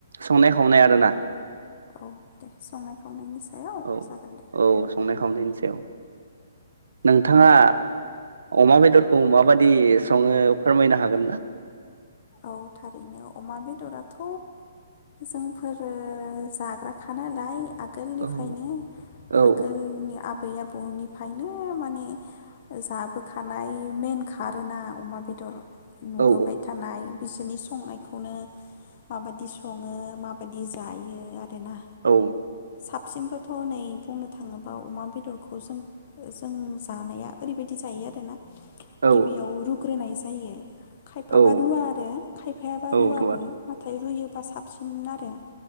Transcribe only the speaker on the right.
संनाय खावनाय आरो ना
औ
औ संनाय खावनायनि सायाव नोंथाङा अमा बेदरखौ माबादि सङो फोरमायनो हागोन ना?
औ औ
औ
औ
औ
औ
औ
रुवा